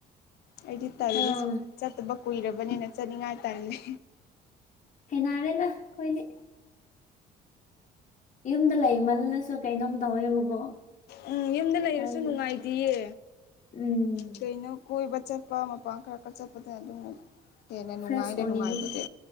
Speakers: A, on the left; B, on the left.
A: ꯑꯩꯗꯤ ꯇꯜꯂꯤ
B: ꯑꯥ
A: ꯆꯠꯇꯕ ꯀꯨꯏꯔꯕꯅꯤꯅ ꯆꯠꯅꯤꯡꯉꯥꯏ ꯇꯜꯂꯤ
B: ꯍꯩꯅꯔꯦꯗ ꯈꯣꯏꯗꯤ ꯌꯨꯝꯗ ꯂꯩꯃꯜꯂꯁꯨ ꯀꯩꯅꯣꯝ ꯇꯧꯋꯦꯕꯀꯣ
A: ꯎꯝ ꯌꯨꯝꯗ ꯂꯩꯔꯁꯨ
B: ꯍꯥꯏꯕꯗꯤ
A: ꯅꯨꯡꯉꯥꯏꯇꯤꯌꯦ
B: ꯎꯝ
A: ꯀꯩꯅꯣ ꯀꯣꯏꯕ ꯆꯠꯄ ꯃꯄꯥꯟ ꯈꯔ ꯈꯔ ꯆꯠꯄꯗ ꯑꯗꯨꯝ ꯍꯦꯟꯅ ꯅꯨꯡꯉꯥꯏꯗ
B: ꯐ꯭ꯔꯦꯁ ꯑꯣꯏꯅꯤ
A: ꯅꯨꯡꯉꯥꯏꯕꯗꯤ